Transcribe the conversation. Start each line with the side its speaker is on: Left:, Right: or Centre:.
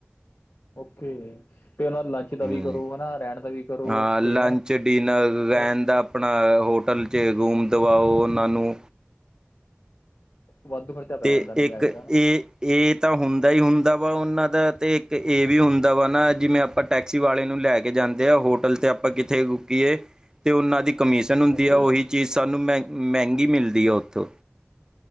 Left: ਓਕੇ। ਤੇ ਉਹਨਾਂ ਲ ਦਾ
Right: ਹਮ
Left: ਵੀ ਕਰੋ। ਹਨਾ ਰਹਿਣ ਦਾ ਵੀ ਕਰੋ।
Right: ਹਾਂ
Left: ਸਟੇ
Right: ਲੰਚ
Left: ਹਾ।
Right: ਡਿਨਰ ਰਹਿਣ
Left: ਉਹ
Right: ਦਾ ਆਪਣਾ ਹੋਟਲ ਚ, ਰੂਮ ਦਵਾਓ ਉਹਨਾਂ ਨੂੰ
Left: ਵਾਧੂ ਪੈ
Right: ਤੇ
Left: ਜਾਂਦਾ ਨਜਾਇਜ਼
Right: ਇੱਕ,
Left: ਦਾ ਨਾ
Right: ਇਹ ਇਹ ਤਾਂ, ਹੁੰਦਾ ਹੀ ਹੁੰਦਾ ਵਾ ਉਹਨਾਂ ਦਾ, ਤੇ ਇੱਕ ਇਹ ਵੀ ਹੁੰਦਾ ਵਾ, ਨਾ ਜਿਵੇਂ ਆਪਾਂ ਟੈਕਸੀ ਵਾਲੇ ਨੂੰ, ਲੈ ਕੇ ਜਾਂਦੇ ਆ। ਹੋਟਲ ਤੇ ਆਪਾਂ ਕਿੱਥੇ ਰੁਕੀਏ ਤੇ ਉਹਨਾਂ ਦੀ ਕਮਿਸ਼ਨ ਹੁੰਦੀ
Left: ਓਕੇ
Right: ਆ। ਉਹੀ ਚੀਜ਼ ਸਾਨੂੰ ਮਹ ਮਹਿੰਗੀ ਮਿਲਦੀ ਆ ਉੱਥੋਂ।